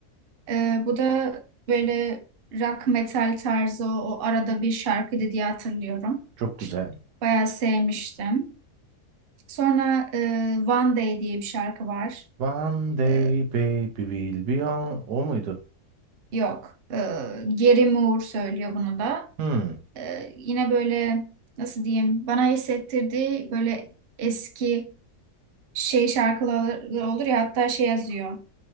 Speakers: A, on the right; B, on the right.
A: E, bu da böyle rock metal tarzı o, o arada bir şarkıydı diye hatırlıyorum.
B: Çok güzel.
A: Bayağı sevmiştim. Sonra e, One Day diye bir şarkı var.
B: One day
A: E,
B: baby will be on. O muydu?
A: yok. E, Gary Moore söylüyor bunu da.
B: Hı.
A: E, yine böyle nasıl diyeyim bana hissettirdiği böyle eski şey şarkıları olur ya hatta şey yazıyor.
B: Yok.